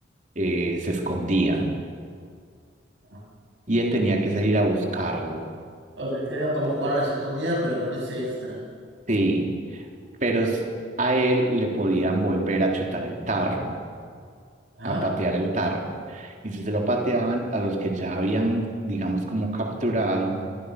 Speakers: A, on the right; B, on the right.
A: eh, se escondían
B: ajá.
A: y él tenía que salir a buscarlo.
B: O sea, era como jugar a las escondidas, pero con ese extra.
A: Sí, pero s- a él le podían volver a chutar el tarro,
B: Ajá.
A: a patear el tarro. Y si se lo pateaban a los que ya habían, digamos, como capturado,